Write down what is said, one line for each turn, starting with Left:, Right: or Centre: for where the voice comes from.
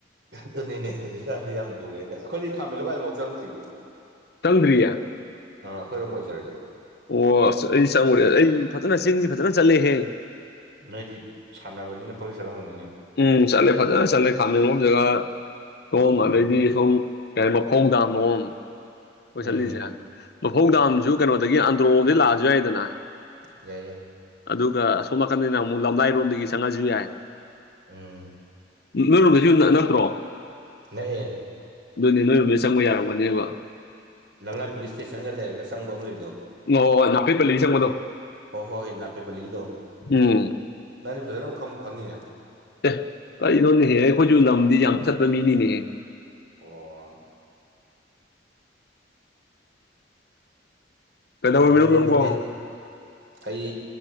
Right: ꯑꯗꯨꯅꯤꯅꯦ ꯍꯧꯖꯤꯛꯀꯥꯟꯗꯤ ꯌꯥꯝ ꯂꯨꯔꯦꯅꯦ ꯑꯩꯈꯣꯏꯗꯤ ꯈꯥꯃꯦꯟꯂꯣꯛꯀꯥꯏꯗꯣ ꯑꯝꯐꯥꯎ ꯆꯪꯗ꯭ꯔꯤꯅꯦ
Left: ꯆꯪꯗ꯭ꯔꯤꯌꯦ
Right: ꯑꯥ ꯑꯩꯈꯣꯏꯔꯣꯝ ꯑꯣꯏꯖꯔꯁꯨ
Left: ꯑꯣ ꯑꯁ ꯑꯩꯗꯤ ꯆꯪꯉꯨꯔꯦ ꯑꯩ ꯐꯖꯅ ꯆꯤꯡꯁꯤ ꯐꯖꯅ ꯆꯠꯂꯦꯍꯦ
Right: ꯅꯣꯏꯗꯤ ꯁꯥꯟꯅꯕꯅꯤꯅ ꯄꯣꯆꯠ ꯆꯠꯂꯝꯒꯅꯤꯅꯦ
Left: ꯎꯨꯝ ꯆꯠꯂꯦ ꯐꯖꯅ ꯆꯠꯂꯦ ꯈꯥꯃꯦꯟꯂꯣꯛ ꯖꯒꯥ ꯁꯣꯝ
Right: ꯎꯝ
Left: ꯑꯗꯩꯗꯤ ꯁꯣꯝ ꯀꯔꯤ ꯃꯐꯧꯗꯥꯝ ꯂꯣꯝ ꯈꯣꯏ
Right: ꯎꯝ
Left: ꯆꯠꯂꯤꯁꯦ ꯃꯐꯧ ꯗꯥꯝꯁꯨ ꯀꯩꯅꯣꯗꯒꯤ ꯑꯟꯗ꯭ꯔꯣꯔꯣꯝꯗꯒꯤ ꯂꯥꯛꯑꯁꯨ ꯌꯥꯏꯗꯅ
Right: ꯌꯥꯏ ꯌꯥꯏ
Left: ꯑꯗꯨꯒ ꯑꯁꯣꯝ ꯅꯥꯀꯟꯗꯩꯅ ꯑꯃꯨꯛ ꯂꯝꯂꯥꯏꯔꯣꯝꯗꯒꯤ ꯆꯪꯉꯁꯨ ꯌꯥꯏ
Right: ꯎꯨꯝ
Left: ꯅꯣꯏ ꯔꯣꯝꯗꯁꯨ ꯅꯠꯇ꯭ꯔꯣ
Right: ꯅꯛꯑꯦ
Left: ꯑꯗꯨꯅꯤ ꯅꯣꯏꯔꯣꯝꯗꯩ ꯆꯪꯕ ꯌꯥꯔꯝꯒꯅꯦꯕ
Right: ꯂꯝꯂꯥꯏ ꯄꯨꯂꯤꯁ ꯏꯁ꯭ꯇꯦꯁꯟꯒ ꯂꯩꯔꯒ ꯆꯪꯕ ꯑꯃ ꯂꯩꯕꯗꯣ
Left: ꯑꯣ ꯑꯣ ꯅꯥꯐꯦꯠꯄꯂꯤ ꯆꯪꯕꯗꯣ
Right: ꯍꯣꯏ ꯍꯣꯏ ꯅꯥꯄꯦꯠ ꯄꯜꯂꯤꯒꯤꯗꯣ
Left: ꯎꯝ
Right: ꯅꯪꯗꯤ ꯐꯖꯅꯕꯨ ꯈꯪꯕꯨ ꯈꯪꯉꯤꯅꯦ
Left: ꯑꯦ ꯀꯔꯤꯅꯣꯅꯦꯍꯦ ꯑꯩꯈꯣꯏꯁꯨ ꯂꯝꯗꯤ ꯌꯥꯝ ꯆꯠꯄ ꯃꯤꯅꯤꯅꯦꯍꯦ
Right: ꯑꯣ
Left: ꯀꯩꯗꯧꯔꯝꯃꯤꯅꯣ
Right: ꯐꯔꯦꯅꯦ
Left: ꯅꯪꯕꯣ
Right: ꯑꯗꯨꯗꯤ ꯑꯩ